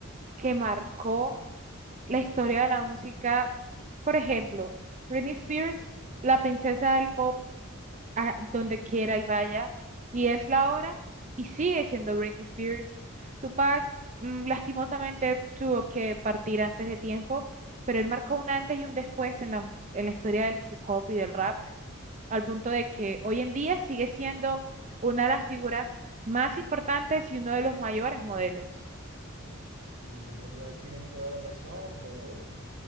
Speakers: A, on the right; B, on the right.
A: que marcó la historia de la música. Por ejemplo, Britney Spears, la princesa del pop a donde quiera y vaya, y es la hora, y sigue siendo Britney Spears. Tupac, mm, lastimosamente, tuvo que partir antes de tiempo, pero él marcó un antes y un después en la, en la historia del hip hop y del rap, al punto de que hoy en día sigue siendo una de las figuras más importantes y uno de los mayores modelos.
B: Sí, en realidad tienes toda la razón, pero